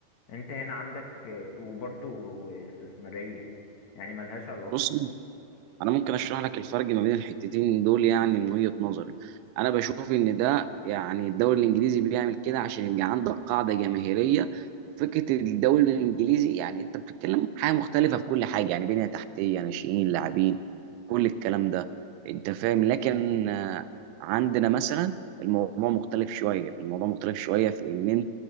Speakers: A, on the left; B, on the right.
A: انت هنا عندك آه، وبرضو استثماريه يعني ملهاش علاقه
B: بص انا ممكن اشرح لك الفرق ما بين الحتتين دول يعني من وجهة نظري انا بشوف ان ده يعني الدوري الانجليزي بيعمل كده عشان يبقى عندك قاعدة جماهيرية فكرة الدوري الانجليزي يعني انت بتتكلم حاجة مختلفة في كل حاجة يعني بنية تحتية ناشئين لاعبين كل الكلام ده انت فاهم لكن آه، عندنا مثلا الموضوع مختلف شوية الموضوع مختلف شوية في ان